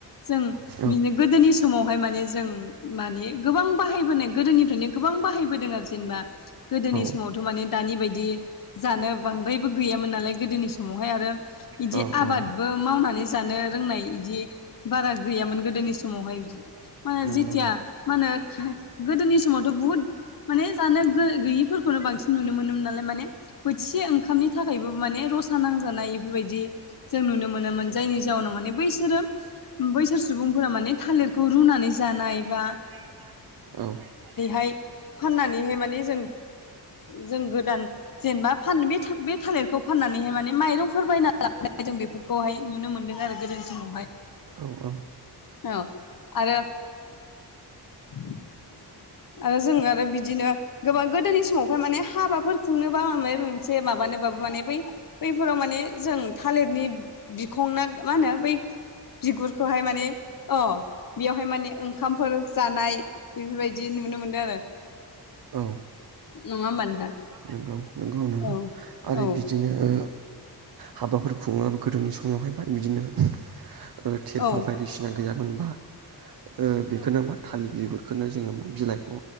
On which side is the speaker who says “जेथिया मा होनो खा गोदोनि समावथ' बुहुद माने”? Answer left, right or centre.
Left